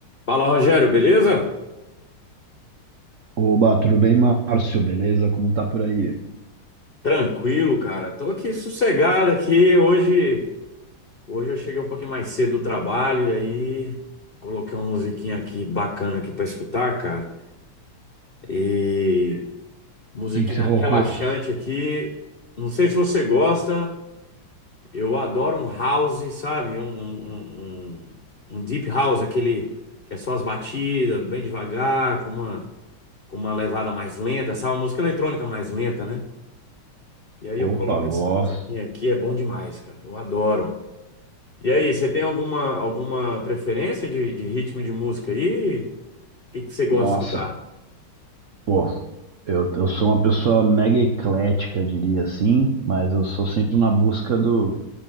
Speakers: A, on the left (about 70°); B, on the right (about 80°).
A: Fala, Rogério, beleza?
B: Oba, tudo bem, Márcio? Beleza? Como tá por aí? O
A: Tranquilo, cara. Tô aqui sossegado aqui. Hoje, hoje eu cheguei um pouquinho mais cedo do trabalho e aí coloquei uma musiquinha aqui bacana aqui pra escutar, cara. E musiquinha
B: que que você colocou?
A: relaxante aqui. Não sei se você gosta. Eu adoro um house, sabe? Um, um, um- um deep house, aquele que é só as batidas, bem devagar, com uma com uma levada mais lenta, sabe? Uma música eletrônica mais lenta, né? E aí eu
B: Opa,
A: coloco
B: gloss.
A: essa musiquinha aqui, é bom demais, cara. Eu adoro. E aí, você tem alguma, alguma preferência de, de ritmo de música aí? O que que você gosta
B: Nossa,
A: de escutar?
B: pô, eu, eu sou uma pessoa mega eclética, diria assim, mas eu sou sempre na busca do,